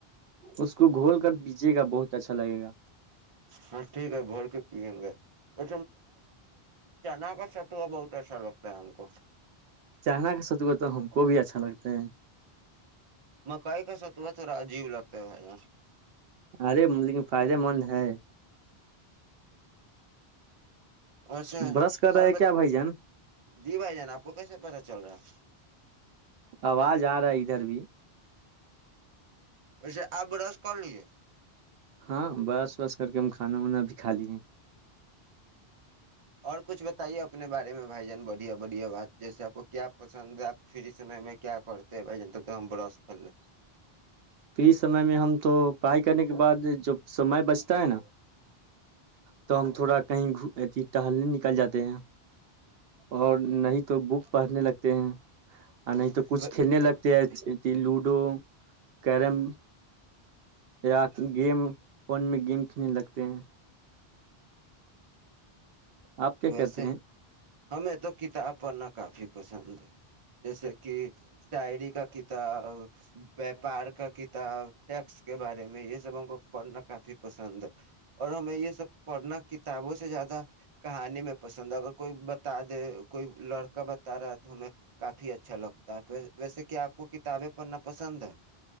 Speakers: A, on the right (about 70°); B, on the right (about 35°).
A: اس کو گھول کر پجیے گا بہت اچھا لگے گا
B: ہاں ٹھیک ہے بول کے پیئیں گےگا چنا کا ستوا بہت اچھا لگتا ہے ہم کو
A: چاہنا کا سچوا تو ہم کو بھی اچھا لگتا ہے
B: مکائی کا ستوا تھوڑا عجیب لگتا ہے ہے
A: ارے لیکن فائدے مند ہے
B: اھا
A: برش کر رہے
B: اور
A: ہیں کیا بھائی جان
B: دی بھائی جان آپ کو کیسے پتا چل رہا ہے
A: آواز آ رہا ہے ادھر بھی
B: پچھے آ برس کر لیے
A: ہاں بس وس کر کے ہم کھانا وانا بھی کھا لیے
B: اور کچھ بتائیے اپنے بارے میں بھائی جان بڑھیا بڑھیا بات جیسے آپ کو کیا پسند ہے آپ پھر اس سے میں کیا کرتے ہیں بھائی جن تب تو ہم برش کر لیں
A: پری سمے میں ہم تو پڑھائی کرنے کے بعد جب سمے بچتا ہے نا تو ہم تھوڑا کہیں اتی ٹہلنے نکل جاتے ہیں اور نہیں تو بک پڑھنے لگتے ہیں نہیں تو
B: لیں
A: کچھ کلنے لگتے ہیں ت لوڈو کیرم یا گیم فون میں گیم کھیلنے لگتے ہیں آپ کیا کہتے
B: ویسے
A: ہیں
B: ہم میں تو کتاب پڑھنا کافی پسند ہے جیسے کہ سعریی کا ک وپار کا کتاب ٹیکس کے بارے میں یہ سب ا کو پڑھنا کا بھی پسند اور ہمیں یہ سب پڑھنا کتابوں سے زیادہ کہانی میں پسند ہے اگر کوئی بتا دے کوئی لڑکا بتا رہا ہے تو ہمیں کافی اچھا لگتا ہے ویسے کہ آپ کو کتابیں پڑھنا پسند ہے